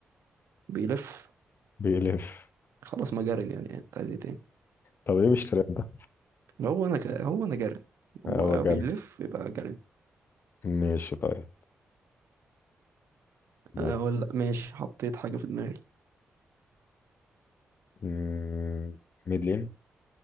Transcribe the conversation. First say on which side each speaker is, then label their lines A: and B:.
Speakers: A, on the right; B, on the left.
A: بيلف
B: بيلف
A: خلاص ما جارن يعني انت عايز ايه تاني
B: طب ليه مش ترند ده
A: هو انا ك... هو انا جارن هو
B: هو جري
A: بيلف يبقى جارن
B: ماشي طيب دورك
A: اقول ماشي حطيت حاجه في دماغي
B: مم، ميد لين